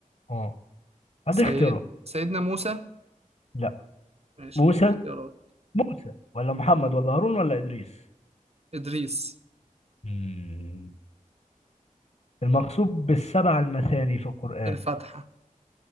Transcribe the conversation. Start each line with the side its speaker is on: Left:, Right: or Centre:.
Left: اه هدي
Right: سيد
Left: اختيارات
Right: سيدنا موسى
Left: لا
Right: ماشي
Left: موسى
Right: اديني اختيارات
Left: موسى ولا محمد ولا هارون ولا إدريس
Right: ادريس
Left: مم. المقصود بالسبعة المثاني في القرآن
Right: الفاتحة